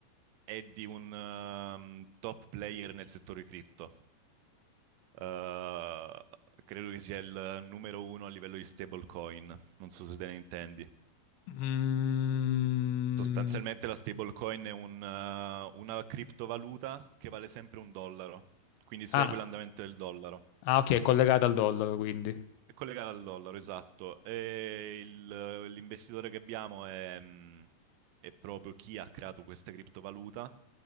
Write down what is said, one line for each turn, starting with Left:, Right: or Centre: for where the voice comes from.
Right: è di un ehm, top player nel settore cripto. Eh, credo che sia il numero uno a livello di stablecoin. Non so se te ne intendi.
Left: Mm,
Right: Sostanzialmente la stablecoin è un, eh, una criptovaluta che vale sempre un dollaro, quindi segue
Left: ah,
Right: l'andamento del dollaro.
Left: ah, ok, è collegata al dollaro, quindi.
Right: È collegata al dollaro, esatto. E il- l'investitore che abbiamo è, mh, è proprio chi ha creato questa criptovaluta,